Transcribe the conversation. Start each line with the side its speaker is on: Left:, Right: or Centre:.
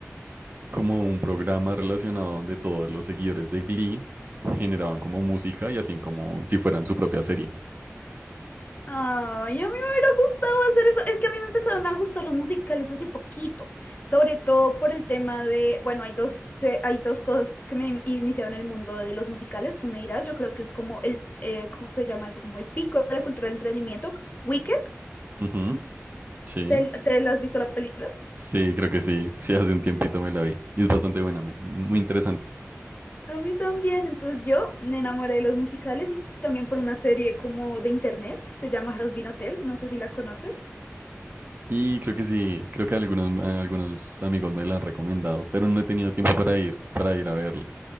Right: como un programa relacionado donde todos los seguidores de Glee generaban como música y hacían como si fueran su propia serie.
Left: Ay, a mí me hubiera gustado hacer eso. Es que a mí me empezaron a gustar los musicales hace poquito, sobre todo por el tema de, bueno, hay dos, se- hay dos cosas que me in- iniciaron el mundo de los musicales, tú me dirás, yo creo que es como el, eh, ¿cómo se llama eso? Como el pico de la cultura del entretenimiento. Wicked,
Right: Ujú, Sí,
Left: ¿te, te la has visto la película?
Right: sí, creo que sí. Sí, hace un tiempito me la vi. Y es bastante buena, me- muy interesante.
Left: A mí también, entonces yo me enamoré de los musicales y también por una serie como de internet, se llama Has Been Hotel, no sé si la conoces.
Right: Y creo que sí, creo que algunos, eh, algunos amigos me la han recomendado, pero no he tenido tiempo para ir, para ir a verla.